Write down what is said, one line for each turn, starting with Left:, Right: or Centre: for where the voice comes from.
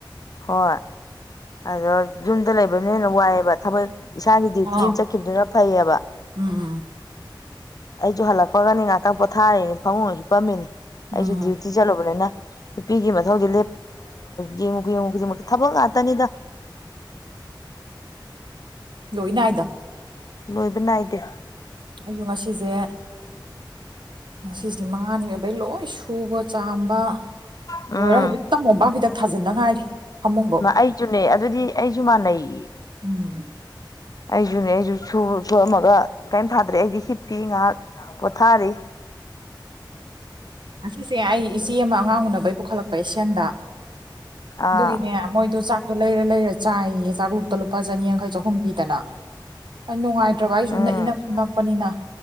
Left: ꯍꯣꯏ ꯑꯗꯣ ꯌꯨꯝꯗ ꯂꯩꯕꯅ ꯍꯦꯟꯅ ꯋꯥꯏꯑꯦꯕ ꯊꯕꯛ ꯏꯁꯥꯒꯤ
Right: ꯑꯥ
Left: ꯗ꯭ꯌꯨꯇꯤ ꯑꯃ ꯆꯠꯈꯤꯕꯗꯨꯅ ꯐꯩꯌꯦꯕ
Right: ꯎꯝ
Left: ꯑꯩꯁꯨ ꯍꯜꯂꯛꯄꯒꯅꯤ ꯉꯥꯏꯍꯥꯛꯇꯪ ꯄꯣꯊꯥꯔꯦꯅꯦ ꯐꯃꯨꯡꯁꯤ ꯄꯝꯃꯤꯅꯦ ꯑꯩꯁꯨ
Right: ꯎꯝ ꯎꯝ
Left: ꯗ꯭ꯌꯨꯇꯤ ꯆꯠꯂꯨꯕꯅꯤꯅ ꯅꯨꯄꯤꯒꯤ ꯃꯊꯧꯗꯤ ꯌꯦꯡꯉ ꯀ ꯍꯧꯖꯤꯛꯃꯛꯇꯤ ꯊꯕꯛ ꯉꯥꯛꯇꯅꯤꯗ
Right: ꯂꯣꯏꯍꯤꯅꯅꯥꯏꯗ
Left: ꯂꯣꯏꯕ ꯅꯥꯏꯗꯦ
Right: ꯑꯩꯁꯨ ꯉꯁꯤꯁꯦ ꯉꯁ ꯃꯉꯥꯅꯤ ꯑꯣꯏꯕꯩ ꯂꯣꯏ ꯁꯨꯕ ꯆꯥꯝꯕ
Left: ꯎꯝ
Right: ꯂꯣꯏꯔ ꯍꯧꯖꯤꯛ ꯇꯝꯃꯣꯝꯄꯥꯛ ꯈꯤꯗꯛ ꯊꯥꯖꯤꯟꯗ ꯉꯥꯏꯔꯤ ꯐꯃꯨꯡꯕꯧ
Left: ꯑꯩꯁꯨꯅꯦ ꯑꯗꯨꯗꯤ ꯑꯩꯁꯨ ꯃꯥꯟꯅꯩ
Right: ꯎꯝ
Left: ꯑꯩꯁꯨꯅꯦ ꯑꯩꯁꯨ ꯁꯑꯝꯃꯒ ꯀꯩꯝ ꯊꯥꯗꯔꯦ ꯑꯩꯗꯤ ꯍꯤꯠꯄꯤꯤ ꯉꯥꯏꯍꯥꯛ ꯄꯨꯊꯥꯔꯤ
Right: ꯑꯁꯤꯁꯦ ꯑꯩ ꯏꯆꯦ ꯑꯃ ꯑꯉꯥꯡ ꯎꯅꯕꯩ ꯄꯨꯈꯠꯂꯛꯄ ꯑꯦꯁꯤꯌꯥꯟꯗ
Left: ꯑꯥ
Right: ꯑꯗꯨꯒꯤꯅꯦ ꯃꯣꯏꯗꯣ ꯆꯥꯛꯇꯣ ꯂꯩꯔ ꯂꯩꯔꯁꯦ ꯆꯥꯏꯌꯦ ꯆꯥꯛꯂꯨꯇ ꯂꯨꯄꯥ ꯆꯅꯤꯌꯥꯡꯈꯩ ꯆꯍꯨꯝ ꯄꯤꯗꯅ ꯑꯩ ꯅꯨꯡꯉꯥꯏꯇ꯭ꯔꯕ ꯑꯩꯁꯨ
Left: ꯎꯝ
Right: ꯅꯛ ꯏꯅꯛꯁꯨ ꯅꯛꯄꯅꯤꯅ